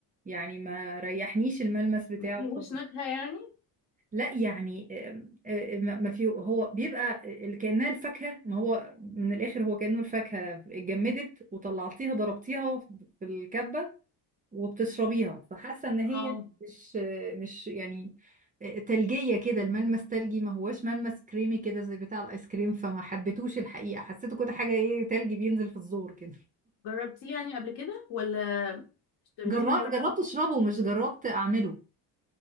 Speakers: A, on the right; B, on the left.
A: يعني ما ريحنيش الملمس بتاعه
B: ما فيهوش
A: خالص
B: نكهة يعني
A: لا يعني آم، آه، ما ما في هو بيبقى ال- كأنها الفاكهة ما هو من الآخر هو كأنه الفاكهة اتجمدت وطلعتيها ضربتيها في الكبة وبتشربيها فحاسه ان هي
B: اه
A: مش مش يعني آه، تلجيه كده الملمس تلجي ما هواش ملمس كريمي كده زي بتاع الايس كريم فما حبيتوش الحقيقه حسيته كده حاجه ايه تلج بينزل في الزور كده
B: جربتيه يعني قبل كده ولا اشتريتيه
A: جربت
B: من بره
A: جربت اشربه مش جربت اعمله